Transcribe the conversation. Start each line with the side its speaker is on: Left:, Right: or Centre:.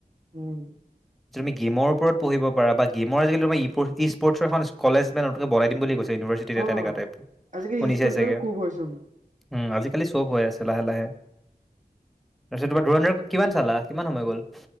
Right: উম।
Centre: তুমি গেমৰ ওপৰত পঢ়িব পাৰা, বা গেমৰ আজিকালি তোমাৰ ই স্পৰ্টছ এখন কলেজ নতুনকে বনাই দিম বুলি কৈছে। ইউনিভাৰচিটি
Right: অ
Centre: তেনেকুৱা টাইপ,
Right: আজিকালি
Centre: শুনিচাই
Right: স্পৰ্টছ বিলাকো
Centre: চাগে।
Right: খুব হয়চোন।
Centre: উম আজিকালি চব হৈ আছে লাহে লাহে। তাৰপিছত তোমাৰ ধুৰন্ধৰখন কিমান চালা, কিমান সময় গ'ল?